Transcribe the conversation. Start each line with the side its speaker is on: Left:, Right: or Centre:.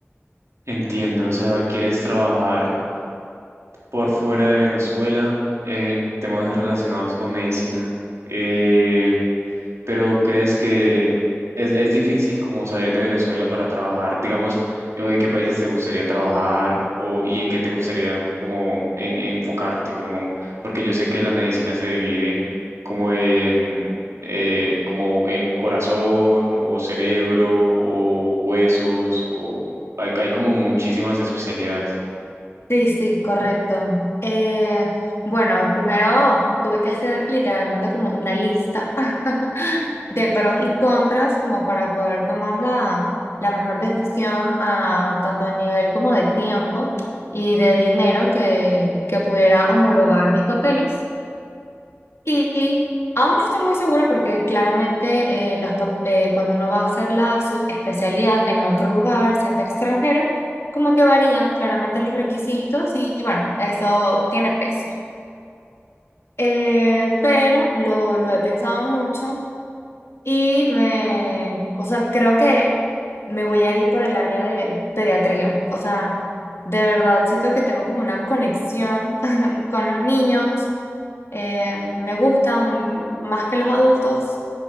Right: Entiendo, o sea, quieres trabajar por fuera de Venezuela en temas relacionados con medicina. Eh, Pero ¿crees que es, es difícil como salir de Venezuela para trabajar? Digamos, o ¿en qué países te gustaría trabajar o y en qué te gustaría como en- enfocarte? Como, porque yo sé que la medicina se divide como en eh, como en corazón o cerebro o huesos o hay, hay como muchísimas especialidades.
Left: Sí, sí, correcto. Eh, bueno, primero tuve que hacer literalmente como una lista <laughs> de pros y contras como para poder tomar la, la mejor decisión a, tanto a nivel como de tiempo y de dinero que, que pudiera homologar mis papeles. Y aún no estoy muy segura porque claramente eh, los, pa- eh, cuando uno va a hacer la especialidad en otro lugar, siendo extranjero, como que varían claramente los requisitos y, bueno, eso tiene peso. Eh, pero lo, lo he pensado mucho y me, o sea, creo que me voy a ir por el área de pediatría. O sea, de verdad siento que tengo como una conexión <laughs> con los niños. Eh, me gustan más que los adultos